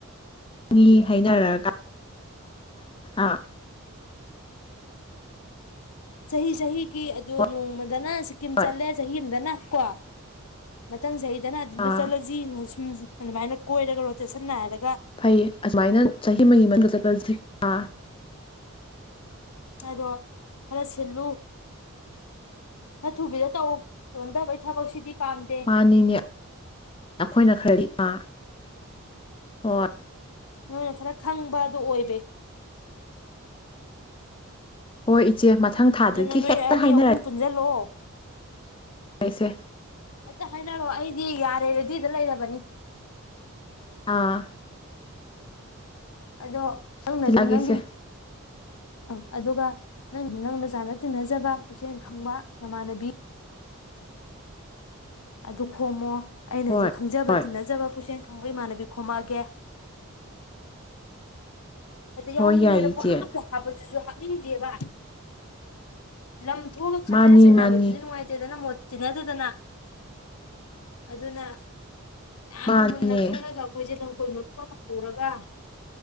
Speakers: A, on the left; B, on the left.
A: ꯃꯤ ꯍꯥꯏꯅꯔꯒ ꯑꯥ
B: ꯆꯍꯤ ꯆꯍꯤꯒꯤ ꯑꯗꯨ
A: ꯍꯣꯏ
B: ꯅꯣꯡꯃ ꯗꯅ ꯁꯤꯀꯤꯝ
A: ꯍꯣꯏ
B: ꯆꯠꯂꯦ ꯆꯍꯤ ꯑꯃꯗꯅ ꯀꯣ ꯃꯊꯪ ꯆꯍꯤ <unintelligible> ꯆꯠꯂꯁꯤ
A: ꯑꯥ
B: <unintelligible> ꯑꯗꯨꯃꯥꯏꯅ ꯀꯣꯏꯔꯒ ꯔꯣꯇꯦꯁꯟ ꯅꯥꯏꯔ
A: <unintelligible> ꯐꯩꯌꯦ ꯑꯁꯨꯃꯥꯏꯅ ꯆꯍꯤ ꯑꯃꯒꯤ ꯃꯅꯨꯡꯗ ꯆꯠꯄꯁꯤꯅ
B: ꯑꯗꯣ ꯈꯔ ꯁꯤꯜꯂꯨ <inaudible> ꯈꯔꯊꯨꯕꯤꯗ ꯇꯧ ꯆꯣꯟꯗꯕꯩ ꯊꯕꯛꯁꯤꯗꯤ ꯄꯥꯝꯗꯦ
A: ꯃꯥꯅꯤꯅꯦ ꯑꯩꯈꯣꯏꯅ ꯈꯔ <unintelligible> ꯍꯣꯏ
B: ꯅꯣꯏꯅ ꯈꯔ ꯈꯪꯕ ꯑꯗꯨꯣ ꯑꯣꯏꯔꯦ꯫
A: ꯍꯣꯏ ꯏꯆꯦ ꯃꯊꯪ ꯊꯥꯗꯒꯤ
B: ꯑꯗꯨꯅ ꯅꯣꯏ
A: ꯍꯦꯛꯇ
B: ꯑꯅꯤ
A: ꯍꯥꯏꯅꯔꯒꯦ
B: ꯑꯍꯨꯝ ꯄꯨꯟꯁꯜꯂꯣ
A: ꯏꯆꯦ
B: ꯍꯦꯛꯇꯥ ꯍꯥꯏꯅꯔꯣ ꯑꯩ <unintelligible> ꯗꯤ ꯌꯥꯔꯦ ꯔꯦꯗꯤꯗ ꯂꯩꯔꯕꯅꯤ
A: ꯑꯥ
B: ꯑꯗꯣ ꯅꯪꯅꯖꯨ
A: ꯊꯤꯜꯂꯛꯑꯒꯦ
B: ꯅꯪꯒꯤ
A: ꯏꯆꯦ
B: <unintelligible> ꯑꯗꯨꯒ ꯅꯪ ꯅꯪꯅ ꯆꯥꯅ ꯇꯤꯟꯅꯖꯕ ꯄꯨꯛꯆꯦꯜ ꯈꯪꯕ ꯅꯃꯥꯟꯅꯕꯤ ꯑꯗꯨ ꯈꯣꯝꯃꯣ ꯑꯩꯅꯁꯨ
A: ꯍꯣꯏ
B: ꯈꯪꯖꯕ
A: ꯍꯣꯏ
B: ꯇꯤꯟꯅꯖꯕ ꯄꯨꯛꯆꯦꯜ <unintelligible> ꯈꯪꯕ ꯏꯃꯥꯟꯅꯕꯤ ꯈꯣꯝꯃꯛꯑꯒꯦ ꯍꯦꯛꯇ ꯌꯥꯎꯅꯤꯡꯉꯦꯅ
A: ꯍꯣꯏ ꯌꯥꯏ ꯏꯆꯦ
B: ꯄꯦꯍꯥꯞꯇ ꯍꯥꯞꯄꯁꯤꯁꯨ ꯍꯥꯞꯅꯤꯡꯗꯦꯕ ꯂꯝ ꯊꯣꯛꯑꯒ ꯈꯠꯅꯔ
A: ꯃꯥꯅꯤ
B: ꯆꯩꯅꯕꯁꯤꯗꯤ
A: ꯃꯥꯅꯤ
B: ꯅꯨꯡꯉꯥꯏꯇꯦꯗꯅ ꯃꯣꯠ ꯇꯤꯟꯅꯗꯗꯅ ꯑꯗꯨꯅ ꯌꯥꯝꯅ
A: ꯃꯥꯅꯦ
B: ꯃꯨꯟꯅ ꯈꯜꯂꯒ <unintelligible> ꯐꯛ ꯄꯨꯔꯒ